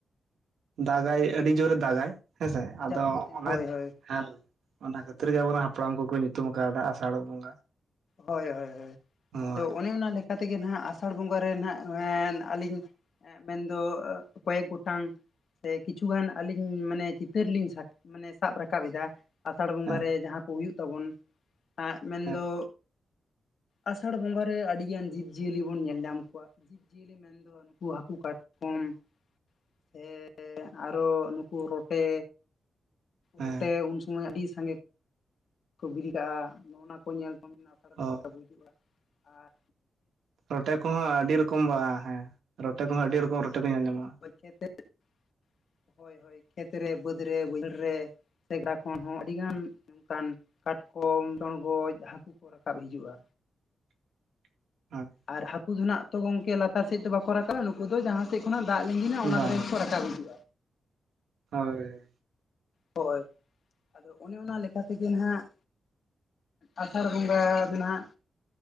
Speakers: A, on the right; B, on the left.
A: ᱫᱟᱜᱟᱭ ᱟᱹᱰᱤ ᱡᱳᱨᱮ ᱫᱟᱜᱟᱭ᱾ ᱦᱮᱸᱥᱮ ᱟᱼᱫᱚ
B: ᱡᱟᱹᱯᱩᱫ ᱫᱤᱱ
A: ᱚᱱᱟᱡ
B: ᱦᱳᱭ ᱦᱳᱭ
A: ᱦᱮᱸ ᱚᱱᱟ ᱠᱷᱟᱹᱛᱤᱨ ᱜᱮ ᱟᱵᱚ ᱨᱮᱱ ᱦᱟᱯᱲᱟᱢ ᱠᱚᱠᱚ ᱧᱩᱛᱩᱢ ᱠᱟᱣᱫᱟ ᱟᱥᱟᱲ ᱵᱚᱸᱜᱟ᱾
B: ᱦᱳᱭᱸ ᱦᱳᱭᱸ ᱦᱳᱭᱸ ᱦᱳᱭᱸ
A: ᱦᱳᱭ
B: ᱟᱫᱚ ᱚᱱᱮ ᱚᱱᱟᱹ ᱞᱮᱠᱟ ᱠᱟ ᱛᱮ ᱜᱮ ᱱᱟᱜ ᱟᱥᱟᱲ ᱵᱚᱸᱜᱟ ᱨᱮᱱ ᱦᱟᱜ ᱟᱹᱞᱤᱧ ᱦᱮᱸ ᱢᱮᱱ ᱫᱚ ᱠᱚᱭᱮᱠ ᱜᱚᱴᱟᱝ ᱥᱮ ᱠᱤᱹᱪᱷᱩᱜᱟᱱ ᱟᱹᱞᱤᱧ ᱢᱟᱹᱱᱮ ᱪᱤᱛᱟᱹᱨ ᱞᱤᱧ ᱢᱟᱱᱮ ᱥᱟᱵ ᱨᱟᱠᱟᱵ ᱮᱫᱟ ᱟᱥᱟᱲ ᱵᱚᱸᱜᱟ
A: ᱦᱮᱸ
B: ᱨᱮ ᱡᱟᱦᱟᱸ ᱠᱚ ᱦᱩᱭᱩᱜ ᱛᱟᱵᱚᱱ ᱢᱮᱱ
A: ᱦᱮᱸ
B: ᱫᱚ ᱟᱥᱟᱲᱹ ᱵᱚᱸᱜᱟ ᱨᱮ ᱟᱹᱰᱤ ᱜᱟᱱ ᱡᱤᱵᱽᱡᱤᱭᱟᱹᱞᱤ ᱵᱚᱱ ᱧᱮᱞ ᱧᱟᱢ ᱠᱚᱣᱟ, ᱡᱤᱵᱽᱡᱤᱭᱟᱹᱞᱤ ᱢᱮᱱ ᱫᱚ ᱱᱩᱠᱩ ᱦᱟᱹᱠᱩ ᱠᱟᱴᱠᱚᱢ ᱥᱮ ᱦᱮᱸ ᱟᱨᱚ ᱱᱩᱠᱩ ᱨᱚᱴᱮ
A: ᱦᱮᱸ
B: ᱨᱚᱴᱮ ᱩᱱ ᱥᱚᱢᱚᱭ ᱟᱹᱰᱤ ᱥᱟᱸᱜᱮ ᱠᱚ ᱵᱤᱞᱤ ᱠᱟᱜᱼᱟ ᱱᱚᱜᱼᱚᱱᱟ ᱠᱚ ᱧᱮᱞ ᱛ ᱢᱮᱱᱟᱜᱼᱟ <unintelligible>
A: ᱦᱳᱭ
B: ᱵᱩᱡᱩᱜᱼᱟ ᱟᱨ
A: ᱨᱚᱴᱮ ᱠᱚᱦᱚᱸ ᱟᱹᱰᱤ ᱨᱚᱠᱚᱢ ᱵᱟ ᱦᱮᱸ, ᱨᱚᱴᱮ ᱠᱚᱦᱚᱸ ᱟᱹᱰᱤ ᱨᱚᱠᱚᱢ ᱨᱚᱴᱮ ᱠᱚ ᱧᱮᱞ ᱧᱟᱢᱚᱜᱼᱟ᱾
B: <unintelligible> ᱦᱳᱭ ᱦᱳᱭ ᱠᱷᱮᱛ ᱨᱮ ᱵᱟᱹᱫᱽ ᱨᱮ ᱵᱟᱹᱭᱦᱟᱹᱲ ᱨᱮ ᱥᱮᱜᱽᱲᱟ ᱠᱷᱚᱱ ᱦᱚᱸ ᱟᱹᱰᱤ ᱜᱟᱱ ᱚᱝᱠᱟᱱ ᱠᱟᱴᱠᱚᱢ ᱪᱚᱲᱜᱚᱡ ᱦᱟᱹᱠᱩ ᱼᱼ ᱠᱚ ᱨᱟᱠᱟᱵ ᱦᱤᱡᱩᱜᱼᱟ
A: <inaudible> <unintelligible>
B: ᱟᱨ ᱦᱟᱹᱠᱩ ᱫᱚ ᱱᱟᱜ ᱛᱚ ᱜᱚᱝᱹᱠᱮ ᱞᱟᱛᱟᱨ ᱥᱮᱫ ᱫᱚ ᱵᱟᱹᱠᱚ ᱨᱟᱠᱟᱵᱟᱼᱟ ᱱᱩᱠᱩ ᱫᱚ ᱡᱟᱦᱟᱸ ᱥᱮᱫ ᱠᱷᱚᱱᱟᱜ ᱫᱟᱜ ᱞᱤᱜᱤᱱᱟ ᱚᱱᱟ
A: ᱵᱟᱝ
B: ᱫᱷᱟᱨᱮ ᱜᱮ ᱠᱚ ᱨᱟᱠᱟᱵ ᱦᱤᱡᱩᱜᱼᱟ᱾
A: ᱦᱳᱭ
B: ᱦᱳᱭ ᱟᱫᱚ ᱚᱱᱮ ᱚᱱᱟ ᱞᱮᱠᱟᱛᱮᱜᱮ ᱱᱟᱦᱟᱜ ᱟᱥᱟᱲ ᱵᱚᱸᱜᱟ ᱫᱚᱱᱟᱜ